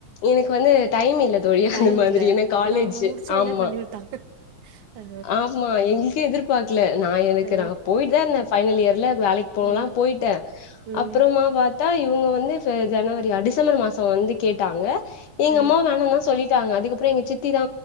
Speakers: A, on the left; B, on the right.
A: எனக்கு வந்து டைம் இல்ல தோழி அந்த
B: டைம்
A: மாதிரி
B: இல்ல
A: காலேஜு
B: ஏன்னா முடிச்ச உடனே
A: ஆமா.
B: பண்ணி விட்டாங்க ஆ
A: ஆமா எங்களுக்கே எதிர்பாக்கல நா எனக்கு
B: ஆ
A: நா போயிட்டு தான் இருந்தே பைனல் இயர்லா வேலைக்கு போலாம்
B: ம்
A: போயிட்டே
B: ம்
A: அப்றமா பாத் த்தா இவங்க வந்து ஜனவரியா டிசம்பர் மாசம் வந்து கேட்டாங்க எங்க
B: ஆ
A: அம்மா வேணாம்னு தான் சொல்லி க்கா அதுக்கப்புறோ எங்க சித்தி தா